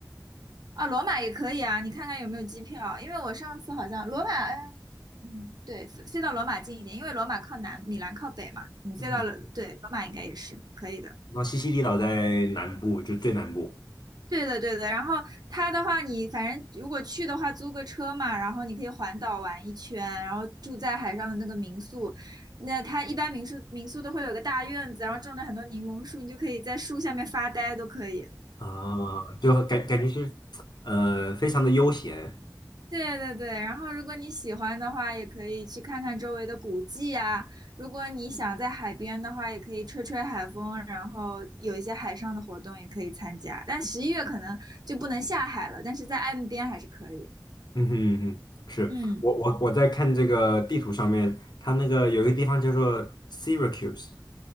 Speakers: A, on the right (about 65°); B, on the left (about 70°).
A: 啊，罗马也可以啊，你看看有没有机票，因为我上次好像罗马，哎，嗯，对，飞飞到罗马近一点，因为罗马靠南，米兰靠北嘛，你飞到了，
B: 嗯，
A: 对，罗马应该也是可以的。
B: 那西西里岛在南部，就最南部
A: 对的，对的。然后它的话，你反正如果去的话，租个车嘛，然后你可以环岛玩一圈，然后住在海上的那个民宿。那它一般民宿民宿都会有个大院子，然后种了很多柠檬树，你就可以在树下面发呆，都可以。
B: 啊，就感感觉是呃非常的悠闲，
A: 对对对，然后如果你喜欢的话，也可以去看看周围的古迹呀。如果你想在海边的话，也可以吹吹海风，然后有一些海上的活动也可以参加。但十一月可能就不能下海了，但是在岸边还是可以。
B: 嗯哼嗯哼，是我我我在看这个地图上面，
A: 嗯
B: 它那个有一个地方叫做 Syracuse